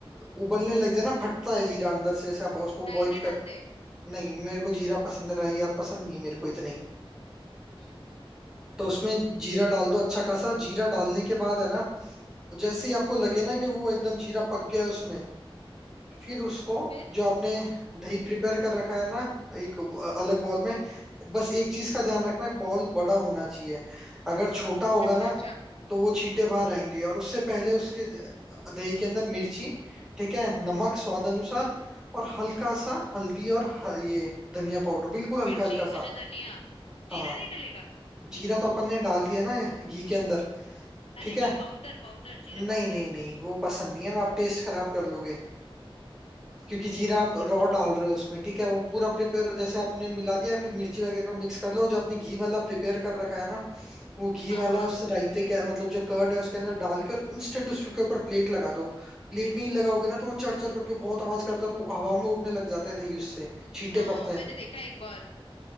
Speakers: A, in the centre; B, on the left.
A: उबलने लग जाए ना फटता है जीरा अंदर से ऐसे आप उसको
B: राई
A: बॉईल
B: नहीं डालते
A: कर नहीं मेरे को जीरा पसंद रहा यार पसंद नहीं मेरे को इतनी
B: हम्म हम्म
A: तो उसमें जीरा डाल दो अच्छा खासा जीरा डालने के बाद है ना जैसे ही आपको लगे ना कि वो एकदम जीरा पक गया है उसमें फिर उसको
B: फिर
A: जो आपने दही प्रिपेयर कर रखा है ना एक अलग बॉल में बस एक चीज का ध्यान रखना है बॉल बड़ा होना चाहिए
B: हम्म
A: अगर छोटा होगा
B: अच्छा
A: ना
B: अच्छा
A: तो वो छींटे बाहर आएंगे और उससे पहले उसके ज- दही के अंदर मिर्ची ठीक है नमक स्वाद अनुसार और हल्का सा हल्दी और ह- ये धनिया पाउडर बिल्कुल हल्का
B: मिर्ची
A: हल्का सा
B: अच्छा धनिया
A: हाँ
B: जीरा नहीं डलेगा
A: जीरा तो अपन ने डाल दिया ना घी के अंदर
B: अरे
A: ठीक
B: नहीं
A: है
B: पाउडर पाउडर जीरा
A: नहीं
B: पाउडर
A: नहीं नहीं वो पसंद नहीं है वो आप टेस्ट खराब कर लोगे क्योंकि जीरा
B: अच्छा
A: आप
B: ठीक
A: रॉ
B: है बताओ
A: डाल रहे हो उसमें ठीक है वो पूरा प्रिपेयर जैसे आपने मिला दिया फिर मिर्ची वगैरह को मिक्स कर
B: हम्म
A: लो जो आपने घी वाला प्रिपेयर कर रखा है ना वो घी
B: हाँ
A: वाला
B: हाँ
A: उस रायते के मतलब जो कर्ड है उसके अंदर डाल के और इंस्टेंट उसके ऊपर प्लेट लगा दो प्लेट नहीं लगाओगे ना तो वो चढ़ चढ़ करके बहुत आवाज करता है और वो हवा में उड़ने लग जाता है दही उससे छींटे
B: हाँ
A: पड़ते
B: हाँ, मैंने
A: हैं
B: देखा है एक बार